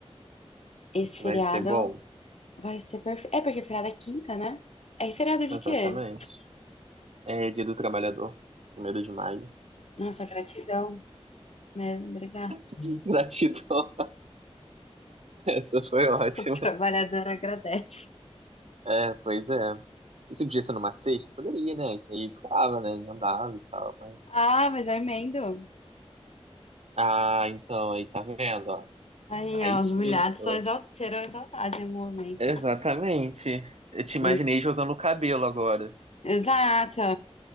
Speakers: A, on the left; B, on the right.
A: esse
B: Isso
A: feriado
B: vai ser bom.
A: vai ser perfeito. É porque feriado é quinta, né? É feriado de
B: Exatamente.
A: quê?
B: É Dia do Trabalhador, primeiro de maio.
A: Nossa, gratidão mesmo, obrigada. <laughs>
B: <laughs> Gratidão. Essa foi ótima.
A: O trabalhador agradece.
B: É, pois é. Se podia ser numa sexta, poderia, né? Que aí ficava, né? Emendava e tal, mas...
A: Ah, mas eu emendo.
B: Ah, então, aí tá vendo, ó.
A: Aí,
B: Aí
A: ó,
B: sim,
A: os humilhados
B: pô.
A: são exalt serão exaltados em algum momento.
B: Exatamente. Eu te imaginei
A: Hum,
B: jogando o cabelo agora,
A: Exato,